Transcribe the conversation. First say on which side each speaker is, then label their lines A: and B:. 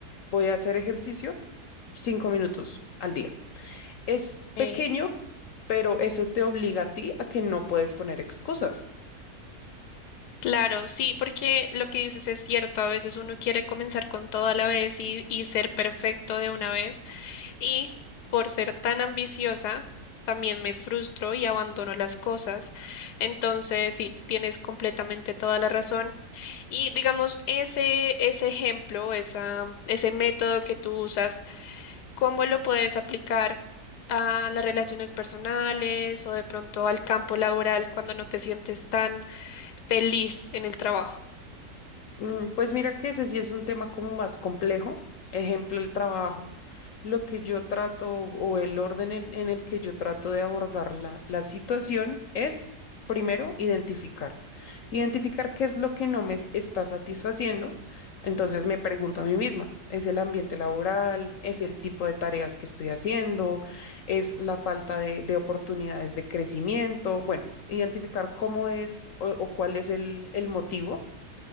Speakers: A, on the left (about 65°); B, on the left (about 85°).
A: voy a hacer ejercicio cinco minutos al día. Es
B: Ok.
A: pequeño, pero eso te obliga a ti a que no puedes poner excusas.
B: Claro, sí, porque lo que dices es cierto, a veces uno quiere comenzar con todo a la vez y, y ser perfecto de una vez y por ser tan ambiciosa también me frustro y abandono las cosas. Entonces, sí, tienes completamente toda la razón. Y digamos, ese, ese ejemplo, esa, ese método que tú usas, ¿cómo lo puedes aplicar a las relaciones personales o de pronto al campo laboral cuando no te sientes tan feliz en el trabajo?
A: Mm, Pues mira que ese sí es un tema como más complejo. Ejemplo, el trabajo. Lo que yo trato o el orden el- en el que yo trato de abordar la, la situación es, primero, identificar. Identificar qué es lo que no me está satisfaciendo. Entonces me pregunto a mí misma, ¿es el ambiente laboral? ¿Es el tipo de tareas que estoy haciendo? ¿Es la falta de, de oportunidades de crecimiento? Bueno, identificar cómo es o, o cuál es el el motivo